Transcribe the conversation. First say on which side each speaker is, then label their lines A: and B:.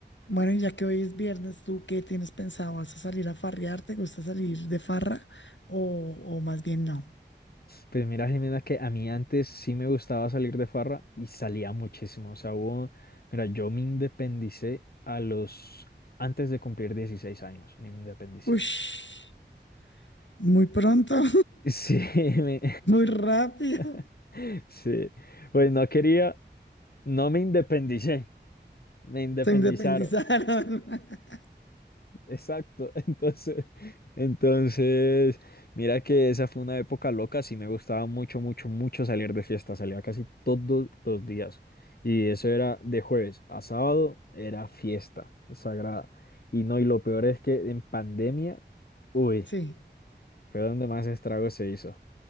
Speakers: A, on the left; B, on the left.
A: Bueno, y ya que hoy es viernes, ¿tú qué tienes pensado? ¿Vas a salir a farrear? ¿Te gusta salir de farra? ¿O, o más bien no?
B: Pues mira, Jimena, que a mí antes sí me gustaba salir de farra y salía muchísimo. O sea, hubo, mira, yo me independicé a los, antes de cumplir dieciséis años, me independicé.
A: Ush, muy pronto,
B: Sí, <laughs> me-
A: <laughs> muy rápido.
B: <laughs> sí, pues no quería, no me independicé, me independizaron.
A: Se independizaron. <laughs>
B: Exacto, <laughs> entonces, entonces, mira que esa fue una época loca, sí me gustaba mucho, mucho, mucho salir de fiesta, salía casi todos los días y eso era de jueves a sábado, era fiesta sagrada y no, y lo peor es que en pandemia, uy,
A: Sí.
B: fue donde más estrago se hizo.